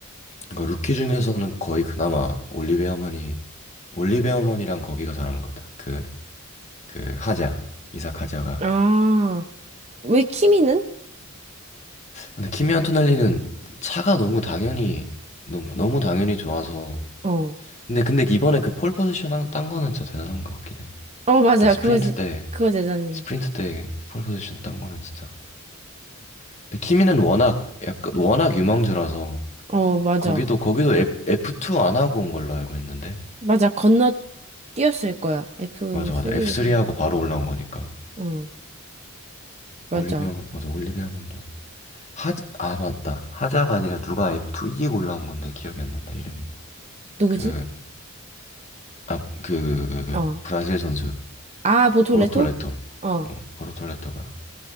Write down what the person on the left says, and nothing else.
그 루키 중에서는 거의 그나마 올리베어만이, 올리베어만이랑 거기가 잘하는 것 같아. 그, 그, 하자. 이삭 하자가.
근데 키미 안토넬리는 차가 너무 당연히, 너무, 너무 당연히 좋아서,
근데 근데 이번에 그 폴 포지션 한- 딴 거는 진짜 대단한 것 같긴 해.
그때 스프린트
때
스프린트 때 폴 포지션 딴 거는 진짜. 근데 키미는 워낙 약간 워낙 유망주라서
거기도 거기도 F, F2 안 하고 온 걸로 알고 있는데.
맞아 맞아. F3 하고 바로 올라온 거니까.
올리비아 맞아 올리비아 건도. 하, 아 맞다. 하자가 아니라 누가 F2 이기고 올라온 건데 기억이 안 난다 이름이.
그, 아, 그, 그, 그, 그
브라질 선수
보르톨레토. 어,
보르톨레토가